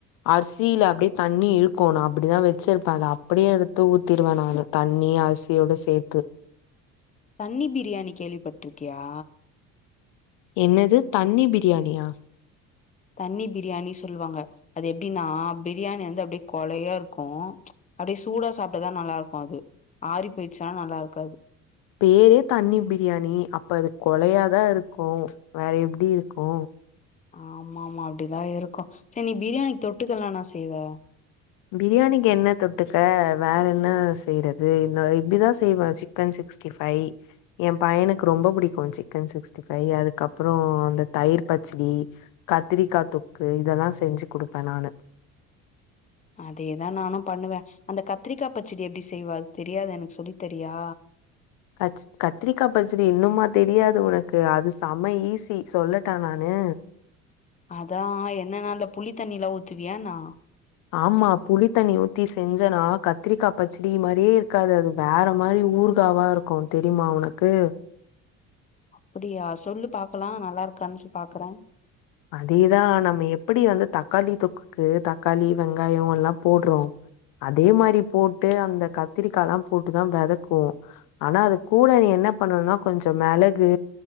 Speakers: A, on the left; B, on the left.
A: அர்சில அப்டே தண்ணி இர்க்கோணு அப்டிதா வெச்சிருப்பே அத் அப்டே எடுத்து ஊத்திடுவே நானு தண்ணி அரிசியோட சேத்து
B: தண்ணி பிரியாணி கேள்விபட்ருக்யா
A: என்னது தண்ணி பிரியாணியா
B: தண்ணி பிரியாணி சொல்வாங்க அது எப்டினா பிரியாணி அந்து அப்டே கொழையா இர்க்கு அப்டே சூடா சாப்ட்டதா நல்லார்க்கு அது ஆறி போய்ச்சா நல்லார்க்காது
A: பேரே தண்ணி பிரியாணி அப்ப அது கொழையாதா இருக்கு வேற எப்டி இருக்கு
B: ஆமாமா அப்டிதா இருக்கு ச்ச நீ பிரியாணி தொட்டுக்கலா என்னா செய்வே
A: பிரியாணிக் என்ன தொட்டுக்க வேற் என்ன செய்றது இன்னா இப்டிதா செய்வே ச்சிக் க்கன் சிஸ்ட்டிஃபை எ பையனுக் ரொம்ப புடிக்கு சிக்கன் சிக்ஸ்டி ஃபை அதுகப்பறோ அந்த தயிர் பச்டி கத்திரிக்கா தொக்கு இதெல்லா செஞ்சி குடுப்பே நானு
B: அதேதா நானு பண்ணுவே அந்த கத்ரிக்கா பச்சுடி எப்டி செய்வ அத் தெரியாது எனக் சொல்லி தரியா
A: கஜ் கத்திரிகா பச்சடி இன்னும்மா தெரியாது உனக்கு அது செம ஈஸி சொல்லட்டா நானு
B: அதா என்னன்னா அல புளி தண்ணிலா ஊத்துவியாணா
A: ஆமா புளிதண்ணி ஊத்தி செஞ்சனா கத்ரிக்கா பச்சுடி மாரியே இருக்காத் அதும் வேற மாரி ஊர்காவா ருக்கு தெரிமா உனக்கு
B: ப்டியா சொல்லு பாக்கலா நல்லார்க்கான் சு பாக்றே
A: அதேதா நம்ம எப்படி வந்து தக்காளி தொக்குக்கு தக்காளி வெங்காயோ எல்லா போட்றோ அதே மாரி போட்டு அந்த கத்திரிக்காலா போட்டுதா வெதக்கூ ஆனா அது கூட நீ என்ன பண்ணணுனா கொஞ்சு மெளகு